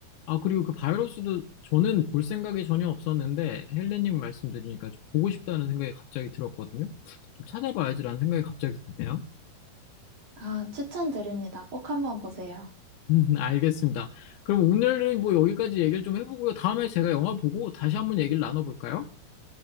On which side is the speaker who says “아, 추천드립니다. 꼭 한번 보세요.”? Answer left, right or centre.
Right